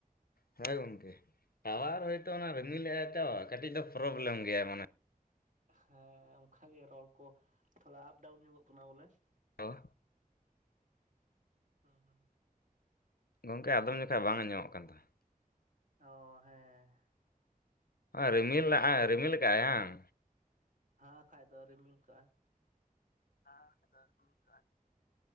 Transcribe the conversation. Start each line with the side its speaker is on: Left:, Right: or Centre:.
Left: ᱦᱮᱸ ᱜᱚᱝᱠᱮ, ᱴᱟᱣᱟᱨ ᱦᱚᱳᱭᱛᱚ ᱚᱱᱟ ᱨᱤᱢᱤᱞ ᱞᱮᱜᱟᱭ ᱛᱚ ᱠᱟᱹᱴᱤᱡ ᱫᱚ ᱯᱨᱚᱵᱞᱮᱢ ᱜᱮᱭᱟᱭ ᱢᱟᱱᱮ
Right: ᱦᱮᱸ ᱚᱱᱠᱟᱷᱟᱜᱮ ᱨᱚᱲ ᱠᱚ ᱛᱷᱚᱲᱟ ᱟᱯ ᱰᱟᱣᱩᱱ ᱧᱚᱜᱚᱜ ᱠᱟᱱᱟ ᱵᱚᱞᱮ,
Left: ᱳ,
Right: ᱦᱩᱸ ᱦᱩᱸ
Left: ᱜᱚᱢᱠᱮ ᱟᱫᱚᱢ ᱡᱚᱠᱷᱚᱱ ᱵᱟᱝ ᱟᱸᱚᱢᱚᱜ ᱠᱟᱱ ᱛᱟᱦᱮᱸ,
Right: ᱚ ᱦᱮᱸ,
Left: ᱨᱤᱢᱤᱞ ᱞᱟᱜᱟᱣ ᱨᱤᱢᱤᱞ ᱠᱟᱜᱼ ᱟᱭ ᱦᱟᱝ?
Right: ᱦᱟᱸ ᱠᱷᱟᱭ ᱫᱚ ᱨᱤᱢᱤᱞ ᱠᱟᱜᱼᱟ᱾
Left: ᱦᱮᱸ ᱱᱚᱛᱮ ᱫᱚ ᱨᱤᱢᱤᱞ ᱠᱟᱜᱼᱟ